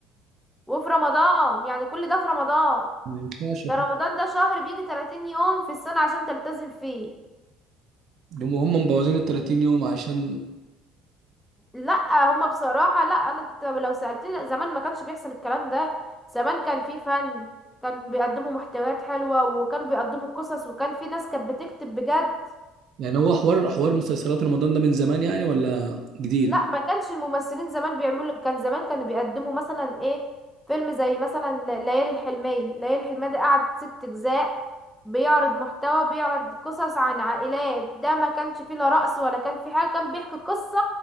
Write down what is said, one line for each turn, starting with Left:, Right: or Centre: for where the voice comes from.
Centre: وفي رمضان يعني كل ده في رمضان
Right: ما ينفعش هم
Centre: ده رمضان ده شهر بيجي 30 يوم في السنة عشان تلتزم فيه
Right: هم مبوظين ال 30 يوم عشان
Centre: لا هما بصراحة لا انا ت- لو سألتني لا، زمان ما كانش بيحصل الكلام ده زمان كان في فن كان بيقدموا محتويات حلوة وكان بيقدموا قصص وكان في ناس كانت بتكتب بجد
Right: يعني هو حوار حوار مسلسلات رمضان ده من زمان يعني ولا جديد
Centre: لا ما كانش الممثلين زمان بيعملوا كان زمان كانوا بيقدموا مثلا ايه فيلم زي مثلا ل- ليالي الحلمية ليالي الحلمية ده قعد ست اجزاء بيعرض محتوى بيعرض قصص عن عائلات ده ما كانش فيه لا رقص ولا كان فيه حاجة كان بيحكي قصة